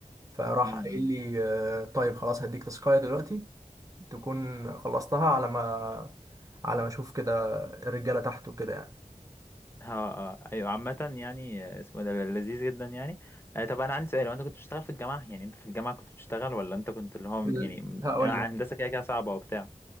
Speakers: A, on the right; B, on the left.
A: فراح
B: امم
A: قايل لي آه، طيب خلاص هديك تسكاية دلوقتي تكون خلصتها على ما على ما اشوف كده الرجاله تحت وكده يعني
B: اه اه ايوه عامة يعني آه، اسمه ده لذيذ جدا يعني آه طب انا عندي سؤال وانت كنت بتشتغل في الجامعة يعني انت في الجامعة كنت بتشتغل ولا انت كنت اللي هو
A: ال-
B: يعني م-
A: هقول
B: يعني
A: لك
B: هندسة كده كده صعبة وبتاع